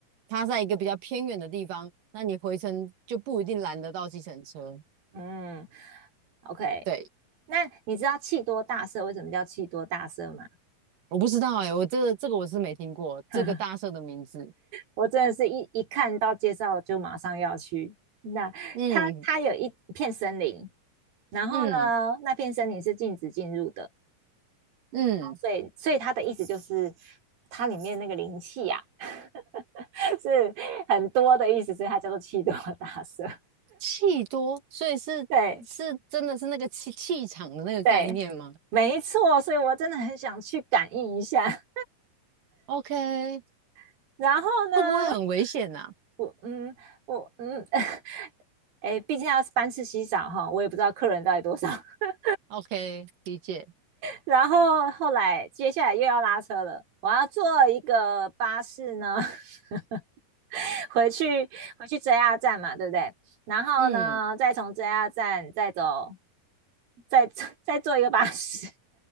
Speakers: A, on the right (about 70°); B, on the right (about 85°).
A: 它在一个比较偏远的地方，那你回程就不一定拦得到计程车。
B: 嗯，OK。
A: 对，
B: 那你知道气多大社为什么叫气多大社吗？
A: 我不知道哎、我这个这个我是没听过这个大社的名字。
B: <laughs> 我真的是一一看到介绍就马上要去。那它它有一片森林，
A: 嗯
B: 然后呢，
A: 嗯
B: 那片森林是禁止进入的，
A: 嗯。
B: 所以所以它的意思就是它里面那个灵气啊 <laughs> 是很多的意思，所以它叫做气多大社。
A: 气多，所以是是真的是那个气气场的那个概念吗
B: 对对，没错，所以我真的很想去感应一下。
A: ？OK，
B: <laughs> 然后呢，
A: 会不会很危险呐、
B: 我嗯，我嗯 <laughs>，哎，毕竟要班次稀少哈，我也不知道客人到底多少。<laughs>
A: o k 理解。
B: 然后后来接下来又要拉车了，我要坐一个巴士呢，<laughs> 回去回去 JR 站嘛，对不对？然后呢，
A: 嗯，
B: 再从 JR 站再走，再再坐一个巴士，